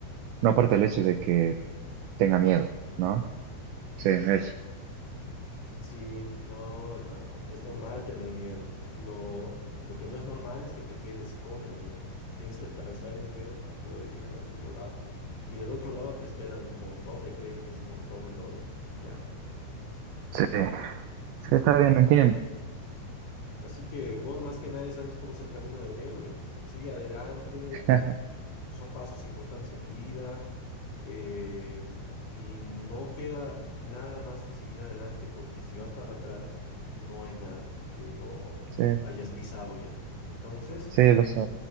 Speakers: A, on the right; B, on the left.
A: no aparte el hecho de que tenga miedo, ¿no? Sí, eso.
B: Sí, no, hermano, es normal tener miedo. Lo, lo que no es normal es que te quedes con el miedo. Tienes que atravesar el miedo para poder llegar al otro lado. Y del otro lado te esperan un montón de premios, un montón de logros, ¿ya?
A: Sí. Sí, está bien, entiendo.
B: Así que vos más que nadie sabes cómo es el camino del héroe. Sigue adelante,
A: <laughs>
B: son pasos importantes en tu vida eh, y no queda nada más que seguir adelante porque si vas para atrás no hay nada que no
A: Sí,
B: hayas pisado ya. Entonces,
A: sí, lo sé.